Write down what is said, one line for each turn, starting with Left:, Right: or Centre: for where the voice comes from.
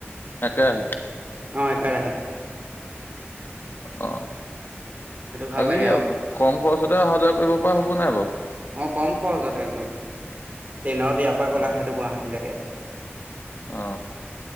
Left: একেৰাহে?
Right: অ একেৰাহে আহে
Left: অহ
Right: ভাল
Left: বাকী
Right: লাগে আৰু
Left: কম খৰচতে অহা যোৱা কৰিব পৰা হ'ব নাই বাৰু?
Right: অ কম খৰচ আৰু একদম। ট্ৰেইনত ইয়াৰ পৰা গ'ল
Left: অ
Right: সেইটো গুৱাহাটীলৈকে
Left: অ